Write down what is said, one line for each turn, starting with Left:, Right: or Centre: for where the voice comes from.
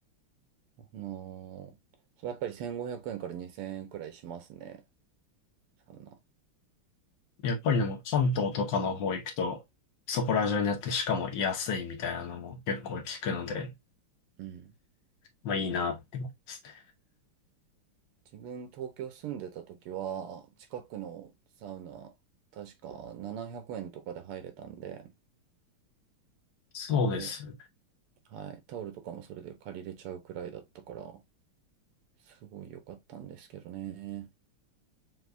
Right: あのーそれやっぱり1500円から2000円くらいしますね、サウナ。
Left: やっぱりでも関東とかの方行くと、そこら中にあってしかも安いみたいなのも結構聞くので、
Right: うん。うん
Left: まあいいなって思いますね。
Right: 自分東京住んでた時は、近くのサウナ、確か700円とかで入れたんで、
Left: そうです。
Right: で、はい、タオルとかもそれで借りれちゃうくらいだったから、すごい良かったんですけどね。